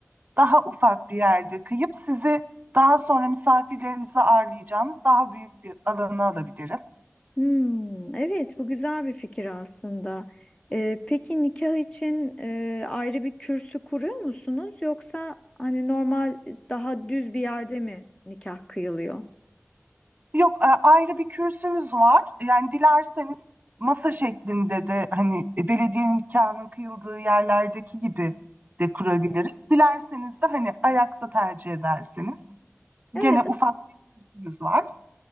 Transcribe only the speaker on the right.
daha ufak bir yerde kıyıp sizi daha sonra misafirlerimizi ağırlayacağımız daha büyük bir alana alabilirim.
Yok e, ayrı bir kürsümüz var. Yani dilerseniz masa şeklinde de hani e, belediyenin nikahının kıyıldığı yerlerdeki gibi de kurabiliriz. Dilerseniz de hani ayakta tercih edersiniz.
Gene ufak bir kürsümüz var.